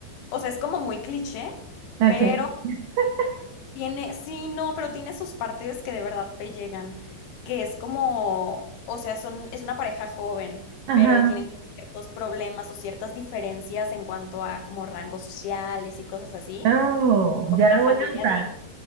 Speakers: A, on the left; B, on the right.
A: o sea, es como muy cliché,
B: Ok.
A: pero
B: <laughs>
A: Tiene, sí, no, pero tiene sus partes que de verdad te llegan, que es como, o sea, son, es una pareja joven,
B: Ajá.
A: pero tienen ciertos problemas o ciertas diferencias en cuanto a como rangos sociales y cosas así.
B: Oh,
A: Como
B: ya
A: que la
B: lo
A: familia
B: voy a anotar.
A: de...